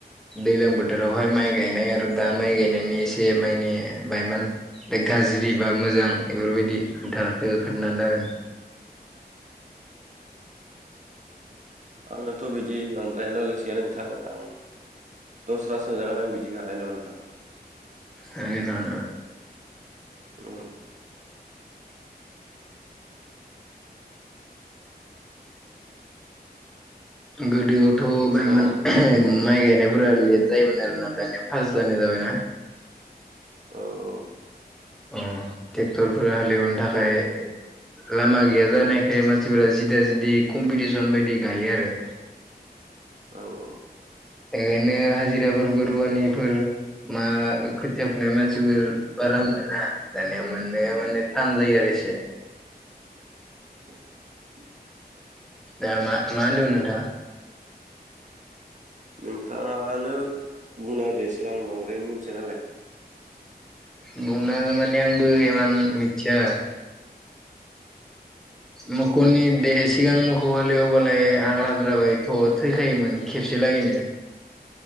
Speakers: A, in the centre; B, on the right.
A: दैज्लां बोथोरावहाय माइ गायनाय आरो दा माइ गायनायनि एसे माइे बायमान गाज्रि बा मोजां बेफोरबायदि खोथाखौ खोनथानो हागोन
B: आंनाथ' बिदि बांद्राय नलेज गैया नोंथां आं दसरासो जागोन आं बिदिखौ हानाय नङा नोंथां
A: हागोन
B: औ
A: गोदोआवथ'
B: दस्रा
A: बायमान माइ गायनायफोरा लेट जायोमोन आरोना दानिया फार्ट जानाय जाबाय ना
B: औ औ
A: अ ट्रेक्टरफोरा हालेवनो थाखाय
B: औ नों
A: लामा गैया जानायखाय मानसिफोरा जिदा जिदि कम्पिटिसन बायदि गायो आरो।
B: औ औ
A: बेखायनो हाजिराफोरबो रुवानिफोर मा खोथिया फुनाय मानसिफोर रा मोना दानिया माननाया माने थान जायो आरो एसे
B: उ
A: दा मा मा होनदो मोन नोंथाङा
B: नोंथाङानो बुंना होदो एसे आं बांद्राय मिथिया नालाय
A: बुंना होनो माने आंबो इमान मिथिया मो खौनि द सिगां मोखौ हालेवबालाय हाग्राफोराबायथ' थैखायोमोन खेबसे लागैनो